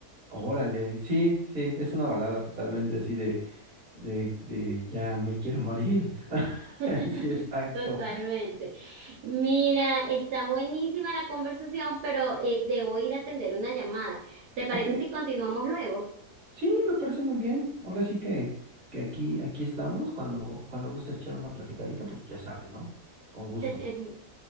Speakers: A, on the right; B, on the right.
A: órale, sí, sí, es una balada totalmente así de, de, de ya me quiero morir. <laughs>
B: <laughs>
A: Sí, exacto.
B: Totalmente. Mira, está buenísima la conversación, pero eh, debo ir a atender una llamada. ¿Te parece
A: Ok,
B: si continuamos luego?
A: sí, me parece muy bien. Ahora sí que, que aquí, aquí estamos. Cuando, cuando gusta echar una platicadita, pues ya sabes, ¿no? Con gusto.
B: <laughs>